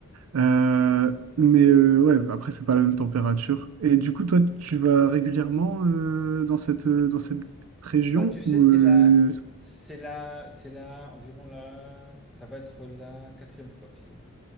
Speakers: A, on the right; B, in the centre.
A: Euh, mais euh, ouais, après, c'est pas la même température. Et du coup, toi, tu vas régulièrement euh, dans cette, euh, dans cette région
B: Bah, tu sais,
A: ou
B: c'est
A: euh,
B: la, c'est la, c'est la, environ la, ça va être la quatrième fois que j'y vais.